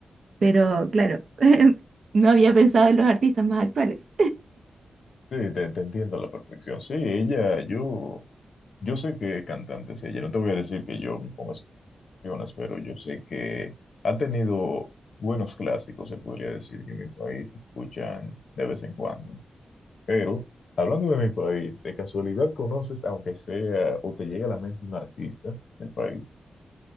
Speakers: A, on the right; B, on the left.
A: Pero claro, <laughs> no había pensado en los artistas más actuales.
B: Sí, te, te entiendo a la perfección. Sí, ella, yo. Yo sé que cantante es ella, no te voy a decir que yo me pongo a sus canciones, pero yo sé que ha tenido buenos clásicos, se podría decir, que en mi país se escuchan de vez en cuando. ¿no? Pero, hablando de mi país, ¿de casualidad conoces, aunque sea o te llega a la mente un artista del país?